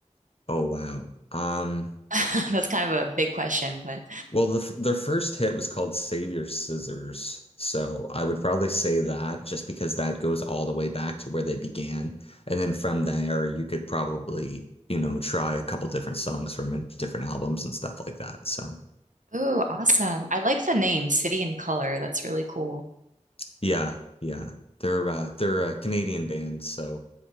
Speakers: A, on the left (about 50°); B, on the right (about 85°).
A: Oh wow. Um
B: <laughs> That's kind of a big question, but
A: Well, the, f- their first hit was called Save Your Scissors. So I would probably say that just because that goes all the way back to where they began. And then from there, you could probably, you know, try a couple different songs from uh, different albums and stuff like that. So
B: oh, awesome. I like the name City and Color. That's really cool.
A: yeah, yeah. They're uh, they're a Canadian band, so